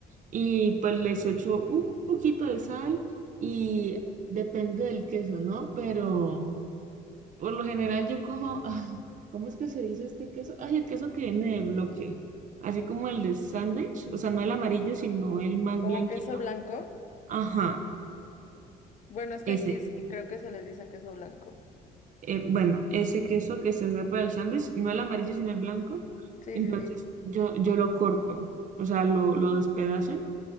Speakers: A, on the right; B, on the left.
A: Y pues les echo un poquito de sal y depende del queso, ¿no? Pero por lo general yo cojo, ay, ¿cómo es que se dice este queso? Ay, el queso que viene de bloque, así como el de sándwich, o sea, no el amarillo, sino el más
B: ¿Como
A: blanquito.
B: queso blanco?
A: Ajá,
B: Bueno, es que
A: ese.
B: aquí sí creo que se les dice queso blanco.
A: eh, bueno, ese queso que se usa para el sándwich, no el amarillo, sino el blanco.
B: Sí,
A: Entonces
B: sí, sí.
A: yo, yo lo corto, o sea, lo, lo despedazo